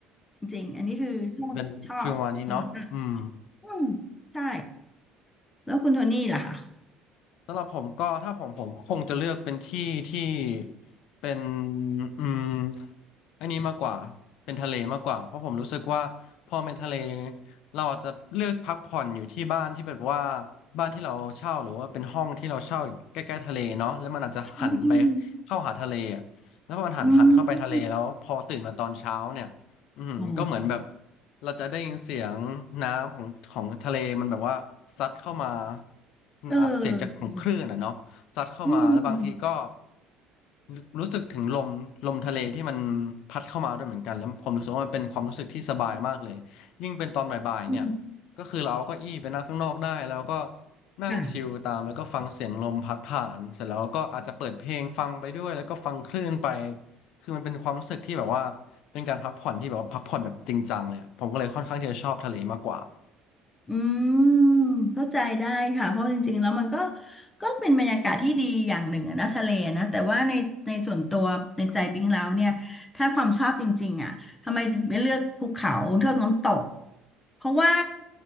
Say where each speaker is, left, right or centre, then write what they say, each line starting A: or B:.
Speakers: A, on the left (about 20°); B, on the left (about 65°).
A: จริงๆอันนี้คือชอบชอบธรรมชาติ
B: เป็นฟิลประมาณนี้เนาะอืม
A: อืมใช่แล้วคุณโทนี่ล่ะคะ
B: สำหรับผมก็ถ้าผมผมคงจะเลือกเป็นที่ที่เป็นอืม อันนี้มากกว่าเป็นทะเลมากกว่าเพราะผมรู้สึกว่าพอเป็นทะเลเราอาจจะเลือกพักผ่อนอยู่ที่บ้านที่แบบว่าบ้านที่เราเช่าหรือว่าเป็นห้องที่เราเช่าอยู่ใกล้ๆทะเลเนาะแล้วมันอาจจะหันไป
A: อืม
B: เข้าหาทะเลอะแล้วพอมันหันหันเข้าไปทะเลแล้วพอตื่นมาตอนเช้าเนี่ยอืมก็เหมือนแบบ
A: อืมโอ้
B: เราจะได้ยินเสียงน้ำของของทะเลมันแบบว่าซัดเข้ามา
A: เอ
B: อ่ะเสียงจากของคลื่นอ่ะเนาะ
A: อ
B: ซัดเข้ามาแล้วบางทีก็
A: อืม
B: รูรู้สึกถึงลมลมทะเลที่มันพัดเข้ามาด้วยเหมือนกันแล้วผมรู้สึกว่ามันเป็นความรู้สึกที่สบายมากเลยยิ่งเป็นตอนบ่ายๆเนี่ย
A: อืม
B: ก็คือเราเอาเก้าอี้ไปนั่งข้างนอกได้แล้วก็นั่งชิลตามแล้วก็ฟังเสียงลมพัดผ่านเสร็จแล้วก็อาจจะเปิดเพลงฟังไปด้วยแล้วก็ฟังคลื่นไป
A: ค่ะ
B: คือมันเป็นความรู้สึกที่แบบว่าเป็นการพักผ่อนที่แบบว่าพักผ่อนแบบจริงจังเลยอะผมก็เลยค่อนข้างที่จะชอบทะเลมากกว่า
A: อืมเข้าใจได้ค่ะเพราะจริงๆแล้วมันก็ก็เป็นบรรยากาศที่ดีอย่างหนึ่งอะนะทะเลนะแต่ว่าในในส่วนตัวในใจปิ๊งแล้วเนี่ยถ้าความชอบจริงๆอ่ะทำไมถึงไม่เลือกภูเขาเลือกน้ำตกเพราะว่า